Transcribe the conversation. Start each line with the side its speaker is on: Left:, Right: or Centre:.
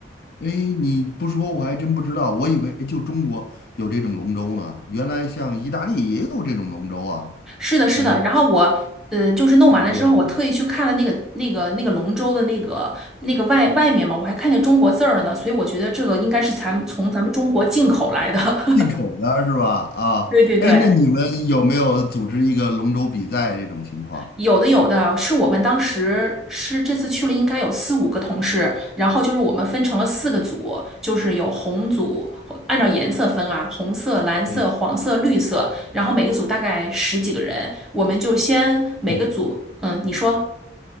Left: 哎，你不说我还真不知道，我以为就中国有这种龙舟呢，原来像意大利也有这种龙舟啊。
Centre: 是的，是的。
Left: 哎，
Centre: 然后我呃，就是弄完了之后，
Left: 长见识了，
Centre: 我特意去看了那个那个那个龙舟的那个那个外外面嘛，我还看见中国字儿呢，所以我觉得这个应该是咱们从咱们中国进口来的。<laughs>
Left: 进口的是吧？啊，
Centre: 对对对，
Left: 哎，那你们有没有组织一个龙舟比赛这种情况？
Centre: 有的有的是我们当时是这次去了，应该有四五个同事，然后就是我们分成了四个组，就是有红组，按照颜色分啊，红色、蓝色、
Left: 嗯，
Centre: 黄色、绿色，然后每个组大概十几个人，我们就先每个组，
Left: 哦，
Centre: 嗯，你说。